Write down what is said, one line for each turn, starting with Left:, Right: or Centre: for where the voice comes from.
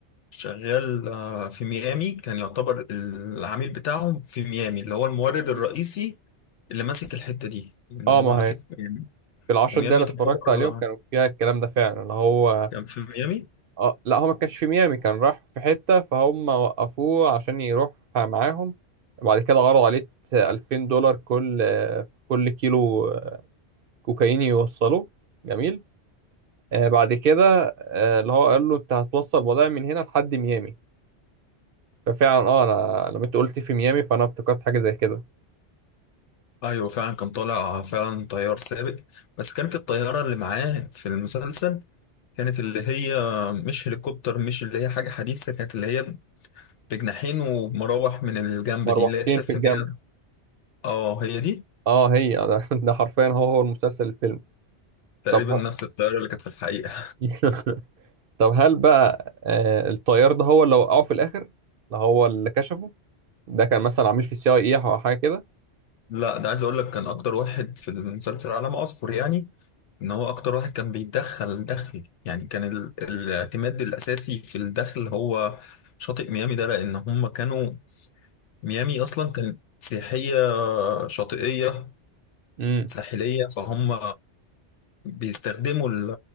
Left: شغال آه، في ميامي كان يعتبر العميل بتاعهم في ميامي اللي هو المورد
Right: مم.
Left: الرئيسي اللي ماسك الحته دي اللي
Right: اه
Left: هو
Right: ما
Left: ماسك
Right: هي
Left: ميامي
Right: في العشر
Left: وميامي
Right: دقايق اللي
Left: تعتبر
Right: اتفرجت عليهم
Left: آه،
Right: كانوا فيها الكلام ده فعلا اللي هو
Left: كان في ميامي
Right: اه لا هو ما كانش في ميامي كان راح في حتة فهم وقفوه عشان يروح معاهم بعد كده عرضوا عليه 2000 دولار كل كل كيلو كوكايين يوصلوه جميل آه بعد كده آه اللي هو قال له انت هتوصل بضائع من هنا لحد ميامي فعلا اه انا لما انت قلت في ميامي فانا افتكرت حاجه زي كده
Left: ايوه فعلا كان طالع فعلا طيار سابق بس كانت الطياره اللي معاه في المسلسل كانت اللي هي مش هليكوبتر مش اللي هي حاجه حديثه كانت اللي هي بجناحين ومراوح من الجنب
Right: مروحتين
Left: دي اللي هي تحس
Right: في الجنب
Left: ان هي اه هي دي
Right: اه هي ده, <laughs> ده حرفيا هو هو المسلسل الفيلم
Left: تقريبا
Right: طب
Left: نفس الطياره اللي كانت في الحقيقه
Right: <laughs> طب هل بقى آه الطيار ده هو اللي وقعه في الاخر اللي هو اللي كشفه ده كان مثلا عميل في السي اي اي او حاجه كده
Left: لا ده عايز اقول لك كان اكتر واحد في المسلسل على ما اذكر يعني ان هو اكتر واحد كان بيدخل دخل يعني كان ال... الاعتماد الاساسي في الدخل هو شاطئ ميامي ده لان هم كانوا ميامي اصلا كانت سياحيه شاطئيه
Right: امم
Left: ساحليه فهم بيستخدموا ال...